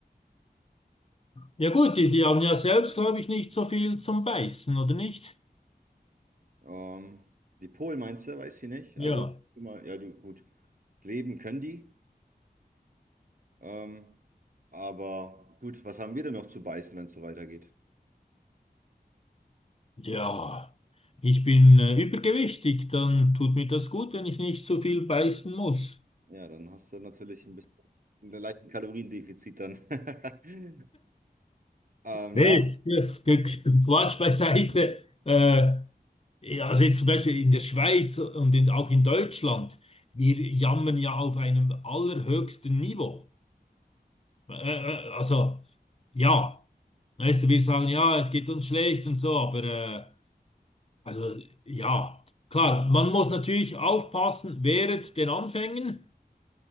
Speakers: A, on the left (about 35°); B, on the right (about 55°).
A: Ja gut, die, die haben ja selbst, glaube ich, nicht so viel zum Beißen, oder nicht?
B: Ähm, die Polen meinst du, weiß ich nicht.
A: Ja.
B: Also, immer, ja, du, gut, leben können die, ähm, aber gut, was haben wir denn noch zu beißen, wenn es so weitergeht?
A: Ja. Ich bin äh, übergewichtig, dann tut mir das gut, wenn ich nicht so viel beißen muss.
B: Ja, dann hast du natürlich ein bisschen einen leichten Kaloriendefizit dann. <laughs> Ähm,
A: Nee,
B: ja,
A: ja, Qu- Quatsch beiseite. Äh, ja, also jetzt zum Beispiel in der Schweiz und in, auch in Deutschland, wir jammern ja auf einem allerhöchsten Niveau. Äh, äh, also, ja, weißt du, wir sagen, ja, es geht uns schlecht und so, aber äh, Also ja, klar, man muss natürlich aufpassen während den Anfängen.